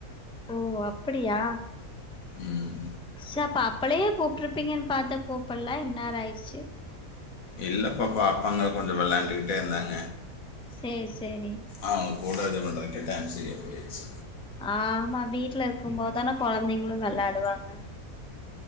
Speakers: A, in the centre; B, on the left.
A: ஓ அப்படியா
B: ம்
A: ச பாப்பளையே கூப்பிட்ருப்பீங்கன்னு பார்த்தே கூப்பிடல நேராயிடுச்சு
B: இல்லபாப்பா அபாங்க கொஞ்சோ விளையாண்டுக்கிட்டே இருந்தாங்க
A: சேரி சேரி
B: அவங்க கூட இது பண்ணுறதுக்கே டைம் சரியா போயாச்சு
A: ஆ ஆமா வீட்டுல இருக்குபோதுதான குழந்தைங்களு வெளாடுவாங்க